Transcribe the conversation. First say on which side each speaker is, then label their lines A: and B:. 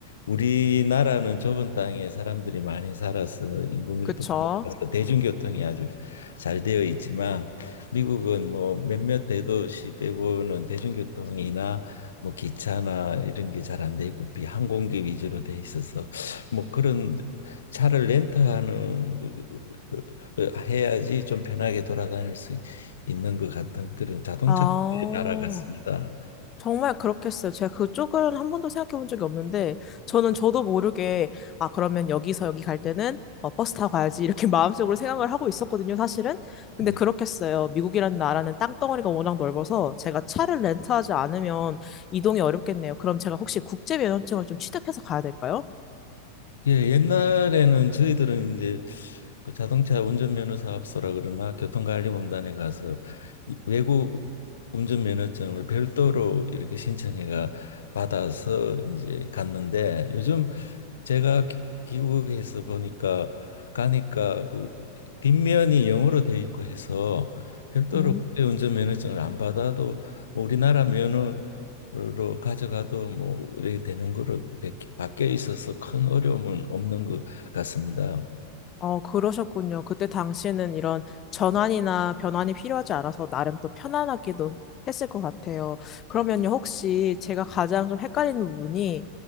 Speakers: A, on the left; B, on the left.
A: 우리나라는 좁은 땅에 사람들이 많이 살아서 인구 밀도가
B: 그쵸?
A: 높아서 대중교통이 아주 잘 되어 있지만 미국은 뭐 몇몇 대도시 빼고는 대중교통이나 뭐 기차나 이런 게 잘 안 돼 있고 비항공기 위주로 돼 있어서 뭐 그런 차를 렌트하는 그- 그, 그, 해야지 좀 편하게 돌아다닐 수 있는 것 같은 그런 자동차
B: 아.
A: 나라 같습니다.
B: 정말 그렇겠어요. 제가 그쪽은 한 번도 생각해 본 적이 없는데, 저는 저도 모르게, 아, 그러면 여기서 여기 갈 때는 어, 버스 타고 가야지, 이렇게 <laughs> 마음속으로 생각을 하고 있었거든요, 사실은. 근데
A: 네.
B: 그렇겠어요. 미국이라는 나라는 땅덩어리가 워낙 넓어서 제가 차를 렌트하지 않으면 이동이 어렵겠네요. 그럼 제가 혹시 국제면허증을 좀 취득해서 가야 될까요?
A: 예, 옛날에는 저희들은 이제 그 자동차 운전면허 사업소라 그러나 교통관리공단에 가서 이 외국 운전면허증을 별도로 이렇게 신청해가 받아서 이제 갔는데 요즘 제가 기- 미국에서 보니까 가니까 그 뒷면이 영어로 돼 있고 해서 별도로
B: 음.
A: 운전 면허증을 안 받아도 뭐 우리나라 면허로 가져가도 뭐 이렇게 되는 거로 바- 바뀌어 있어서 큰 어려움은 없는 것 같습니다.
B: 어, 그러셨군요. 그때 당시에는 이런 전환이나 변환이 필요하지 않아서 나름 또 편안하기도 했을 것 같아요. 그러면요, 혹시 제가 가장 좀 헷갈리는 부분이,